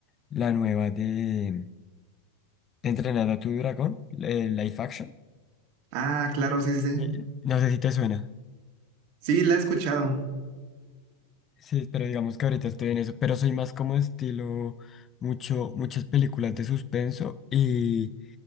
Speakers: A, on the left (about 25°); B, on the right (about 45°).
A: la nueva de Entrenada a tu dragón, eh, live action.
B: Ah, claro, sí, sí, sí.
A: Eh, No sé si te suena.
B: Sí, la he escuchado.
A: Sí, pero digamos que ahorita estoy en eso. Pero soy más como estilo mucho, muchas películas de suspenso y,